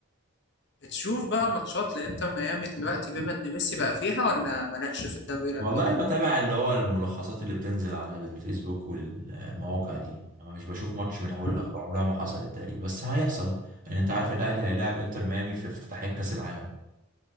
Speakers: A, on the left; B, on the right.
A: بتشوف بقى ماتشات لانتر ميامي دلوقتي بما ان ميسي بقى فيها ولا مالكش في الدوري الامريكي
B: والله بتابع اللي هو الملخصات اللي بتنزل على الفيسبوك والمواقع دي انا مش بشوف ماتش من اوله
A: امم
B: لاخره عمرها ما حصلت تقريبا بس هيحصل لان انت عارف الاهلي هيلاعب انتر ميامي في افتتاحية كاس العالم